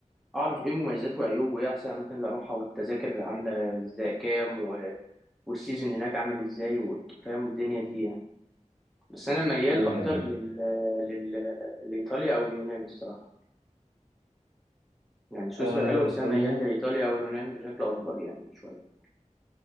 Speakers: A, in the centre; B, on the right.
A: اعرف ايه مميزات وعيوب وايه احسن اماكن اللي اروحها والتذاكر عامله ازاي كام و... والسيزون هناك عامل ازاي و... فاهم الدنيا دي يعني بس انا ميال
B: ايوه
A: اكتر
B: ايوه
A: لل... لل... لايطاليا او اليونان الصراحه يعني سويسرا
B: آه،
A: حلوه
B: ايطاليا
A: بس انا ميال لايطاليا او اليونان بشكل اكبر يعني شويه